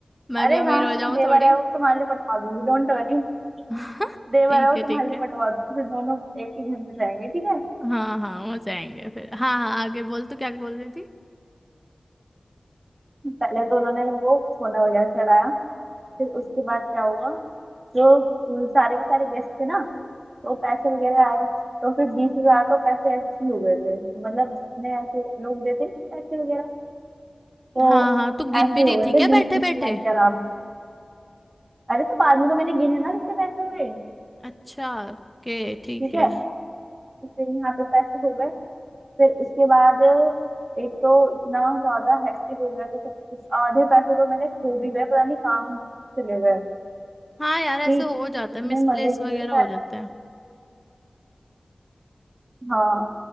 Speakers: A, in the centre; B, on the right.
A: मैं
B: अरे
A: भी अमीर
B: हाँ हाँ
A: हो जाऊं
B: देवर
A: थोड़ी
B: है वो तुम्हारे लिए पटवा दूंगी डोंट वरी
A: <laughs>
B: देवर
A: ठीक
B: है वो
A: है
B: तुम्हारे
A: ठीक
B: लिए
A: है
B: पटवा दूंगी फिर दोनों एक ही घर में जाएंगे ठीक है
A: हाँ हाँ हो जाएंगे फिर हाँ हाँ आगे बोल तू क्या बोल रही थी
B: पहले तो उन्होंने वो सोना वगैरह चढ़ाया फिर उसके बाद क्या हुआ जो अ, सारे के सारे गेस्ट थे ना तो पैसे वगैरह आए तो फिर बीस हजार तो पैसे ऐसे ही हो गए थे मतलब जितने ऐसे लोग देते नहीं पैसे वगैरह तो
A: हाँ हाँ तू गिन
B: ऐसे
A: भी
B: ही
A: रही
B: हो गए
A: थी क्या
B: थे बीस
A: बैठे
B: तीस
A: बैठे
B: हजार के आराम अरे तो बाद में तो मैंने गिने ना कितने पैसे हुए
A: अच्छा ओके ठीक
B: ठीक
A: है
B: है तो फिर यहाँ पे पैसे हो गए फिर उसके बाद एक तो इतना ज्यादा हेक्टिक हो गया था सब कुछ आधे पैसे तो मेरे खो भी गए पता नहीं कहाँ चले गए
A: हाँ यार ऐसे
B: ठीक
A: हो जाता
B: इतने
A: है मिसप्लेस
B: मजे किए
A: वगैरह
B: पर-
A: हो जाते हैं
B: हाँ